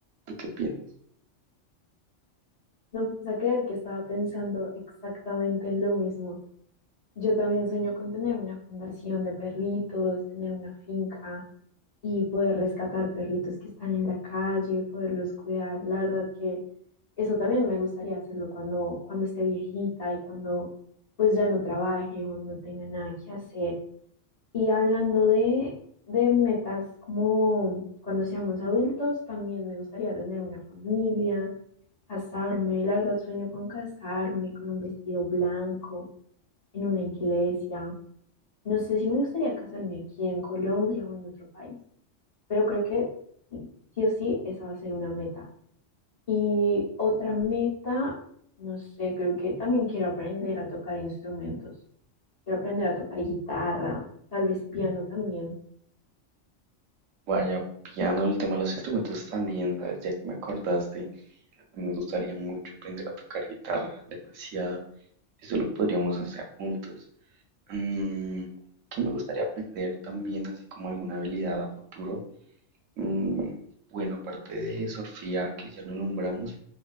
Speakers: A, on the right; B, on the left.
A: ¿Tú qué piensas?
B: No me vas a creer que estaba pensando exactamente en lo mismo. Yo también sueño con tener una fundación de perritos, tener una finca y poder rescatar perritos que están en la calle, poderlos cuidar. La verdad que eso también me gustaría hacerlo cuando, cuando esté viejita y cuando pues ya no trabaje o no tenga nada que hacer. Y hablando de, de metas como cuando seamos adultos, también me gustaría tener una familia, casarme. La verdad sueño con casarme, con un vestido blanco, en una iglesia. No sé si me gustaría casarme aquí en Colombia o en otro país pero creo que sí o sí esa va a ser una meta. Y otra meta, no sé, creo que también quiero aprender a tocar instrumentos. Quiero aprender a tocar guitarra, tal vez piano también.
A: Vaya, pillando el tema de los instrumentos también, ¿sabes? Ya que me acordaste, me gustaría mucho aprender a tocar guitarra, demasiado. Eso lo podríamos hacer juntos. Mm, ¿qué me gustaría aprender también, así como alguna habilidad a futuro? Mm, bueno, aparte de surfear, que ya lo nombramos,